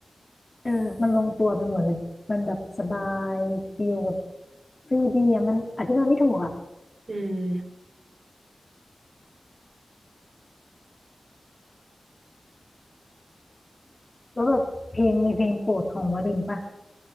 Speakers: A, on the left (about 30°); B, on the right (about 65°).
A: เออมันลงตัวไปหมดเลยมันแบบสบายฟิลแบบฟิลดีอะมันอธิบายไม่ถูกอะ
B: อืม
A: แล้วแบบเพลงมีเพลงโปรดของวลินปะ